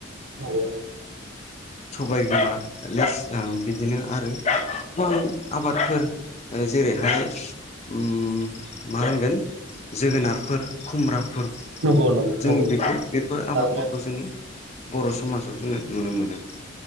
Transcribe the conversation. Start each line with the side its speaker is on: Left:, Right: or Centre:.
Right: नंगौ
Left: सबाय बिमा लेसरा बिदिनो आरो गोबां आबादफोर जेरैहाय मा उम होनगोन जोगोनारफोर खुमब्रा फोर
Right: नंगौ नंगौ नंगौ
Left: जों बेखो
Right: नंगौ
Left: बेफोर
Right: थारैनो
Left: आबाद फोरखो जों बर' सुबुं समाजाव जोङो नुनो मोनो